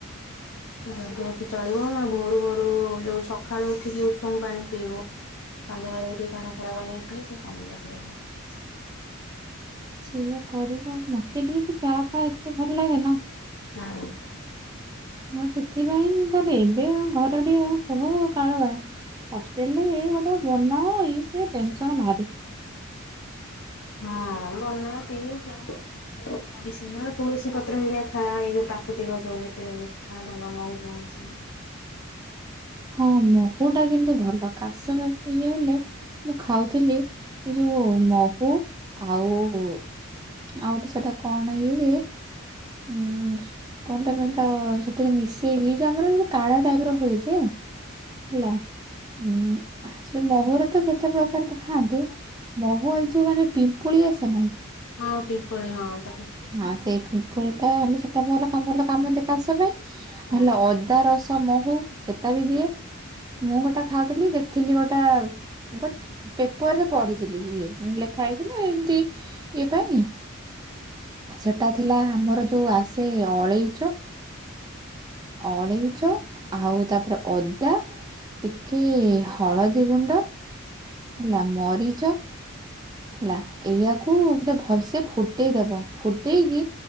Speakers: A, on the left (about 65°); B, on the right (about 20°).
A: ଜଗି ରଖି ଚଳିବ ଭୋରୁ ଭୋରୁ ଯୋଉ ସକାଳୁ ଉଠିକି ଉଷୁମ ପାଣି ପିଇବ। ସନ୍ଧ୍ୟା ବେଳେ ବି ଟିକେ କାଢା ଫାଡା ବନେଇକି ପିଇଯେ କମିବ ଟିକେ ଦେହ ଟା।
B: ସେଇଆ କରିବା ମତେ ଟିକେ ସେ ଚା ହ ଏତେ ଭଲ ଲାଗେ ନା
A: ହଁ
B: ହ ସେଥିପାଇଁ ତାହେଲେ ଏବେ ଘର ଟିକେ କୁହ କାଳ ହଷ୍ଟେଲରେ ବନାଏ ସେ ଟେନସନ ଭାରି।
A: ହଁ ବନା ପି ତୁଳସୀ ପତ୍ର ହେରିକା ଖା ଏଇ ଯୋଉ ପ୍ରାକୃତିକ ସବୁ ଯେତେ ଖା ଭଲ ମହୁ ଫହୁ ସେ
B: ହଁ ମହୁ ଟା କିନ୍ତୁ ଭଲ କାଶ ଇଏ ହେଲେ ମୁଁ ଖାଉଥିଲି ଏଇ ଯୋଉ ମହୁ ଆଉ ଆଉ ଗୋଟେ ସେଟା କଣ ଇଏ ଯେ ଉଁ କଣ ତମେ ତ ସେଥିରେ ମିଶେଇକି ଯେ ଆମର କାଢା ଟାଇପ ର ହୁଏ ଯେ ହେଲା ଉଁ ସେ ମହୁର ତ କେତେ ପ୍ରକାର ତ ଖାଆନ୍ତି ମହୁ ଏଇ ଯୋଉ ମାନେ ପିମ୍ପୁଳି ଆସେ ନାଇ
A: ହଁ ପିମ୍ପଳି ହଁ ତାକୁ
B: ହଁ ସେଇ ପିମ୍ପୁଲ ମାନେ ସେଟା ଭଲ କାମ ଭଲ କାମ ଦିଏ କାସ ପାଇଁ ନହେଲେ
A: ହଁ।
B: ଅଦା ରସ ମହୁ ସେଟା ବି ଦିଏ ମୁଁ ଗୋଟା ଖାଉଥିଲି ଦେଖିଥିଲି ଗୋଟା ଗୋଟେ ପେପର ରେ ପଢିଥିଲି ଇଏ ଲେଖା ହେଇଥିଲା ଏମିତି ଇଏ ପାଇଁ ସେଟା ଥିଲା ଆମର ଯୋଉ ଆସେ ଅଳେଇଚ ଅଳେଇଚ ଆଉ ତାପରେ ଅଦା ଟିକେ ହଳଦୀ ଗୁଣ୍ଡ ହେଲା ମରିଚ ହେଲା ଏଇଆକୁ ପୁରା ଭଲସେ ଫୁଟେଇଦବ ଫୁଟେଇକି